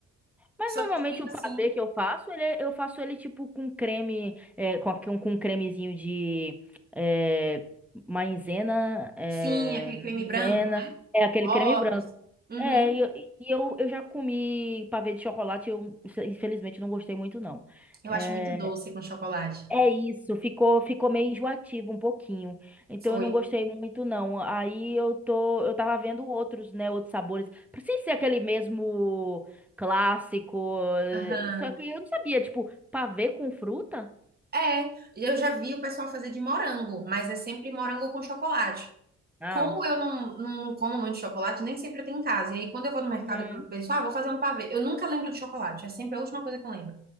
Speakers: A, in the centre; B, on the right.
A: Mas
B: Só
A: normalmente
B: que fica
A: o pavê
B: assim,
A: que eu faço, ele, é- eu faço ele tipo com creme, é, com, aqui um- com um cremezinho de é, maizena, é,
B: sim, aquele creme
A: maizena,
B: branco,
A: é aquele
B: ovos.
A: creme branco.
B: Uhum.
A: É, e eu, e eu, eu já comi pavê de chocolate, eu infelizmente não gostei muito não.
B: Eu
A: É,
B: acho muito doce com chocolate.
A: é isso, ficou ficou meio enjoativo um pouquinho. Então
B: Foi.
A: eu não gostei muito não. Aí eu tô eu tava vendo outros, né, outros sabores, pra sem ser aquele mesmo clássico. eh,
B: Aham.
A: Só que eu não sabia, tipo, pavê com fruta?
B: É, eu já vi o pessoal fazer de morango, mas é sempre morango com chocolate.
A: Ah.
B: Como eu não, não como muito chocolate, nem sempre tem em casa. E aí, quando eu vou no mercado,
A: Uhum.
B: eu penso, ah, vou fazer um pavê. Eu nunca lembro de chocolate, é sempre a última coisa que eu lembro.